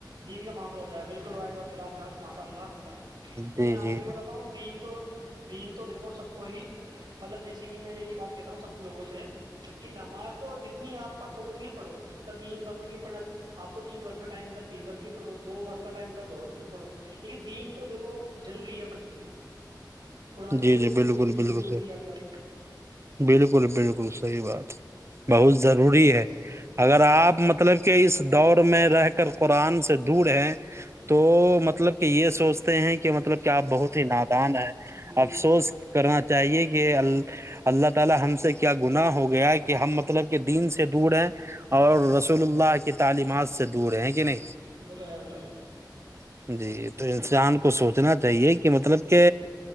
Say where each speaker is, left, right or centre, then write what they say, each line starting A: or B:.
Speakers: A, on the right; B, on the right.
A: دین کا معاملہ ہو جائے بالکل وائٹ بات بلاب صاحب <inaudible> مساللہ <inaudible> لیکن
B: جی
A: آپ
B: جی
A: کو یہ بتاتا ہوں دین تو دین تو دیکھو سب کو ہی مطلب جیسے کہ میں یہ کہ بات تا ہوں سب لوگوں سے کہ نماز تو جتنی آپ پڑھ سکو اتنی پڑھو نہ تین وقت پڑھنا آپ کو تین وقت کا ٹائم متا تین وقت کی پڑھو دو وقت کا ٹائم ملتا دو وقت کی پڑھو لیکن دین تو دیکھو ضروری ہے اپن لیے قرآن بھی
B: جی
A: ضروری
B: جی بالکل
A: ہے دین
B: بالکل
A: بھی ضروری
B: صحیح
A: ہے آپ صاحب
B: بالکل بالکل صحیح بات بہت
A: جی
B: ضروری ہے
A: جی
B: اگر آپ مطلب کہ اس دور میں رہ کر قرآن سے دور ہیں تو
A: جی
B: مطلب کہ یہ سوچتے ہیں کہ مطلب کیا آپ بہت ہی ناپ دان ہے
A: جی بالکل
B: <inaudible>
A: بالکل جی جی وہ تو ہے صاحب
B: جی تو انسان کو سوچ سوچنا چاہیے کہ مطلب کہ